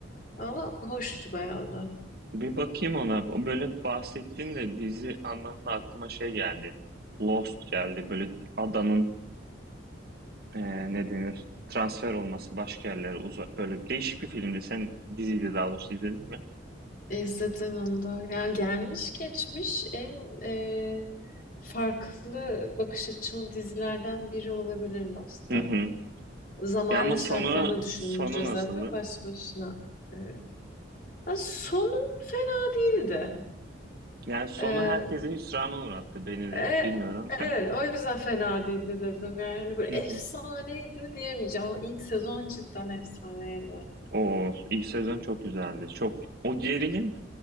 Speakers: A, on the left; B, on the right.
A: Ama hoştu bayağı da.
B: Bir bakayım ona. O Böyle bahsettin de dizi anlamında aklıma şey geldi. Lost geldi. Böyle adanın eee, ne denir? Transfer olması başka yerlere uzak. Böyle değişik bir filmdi. Sen diziydi daha doğrusu izledin mi?
A: İzledim onu da. Yani gelmiş geçmiş en e, farklı bakış açılı dizilerden biri olabilir Lost'ta.
B: Hı hı.
A: zamane
B: Ya ama sonu
A: şartlarını düşününce
B: sonu
A: zaten
B: nasıldı?
A: başlı başına e, ya sonun fena değildi.
B: Yani sonu
A: E,
B: herkese hüsrana uğrattı beni de.
A: e,
B: Bilmiyorum.
A: evet, o yüzden fena değildi dedim. Yani hani böyle efsaneydi
B: <laughs> Hı hı.
A: diyemeyeceğim ama ilk sezon cidden efsaneydi.
B: O ilk sezon çok güzeldi. Çok o gerilim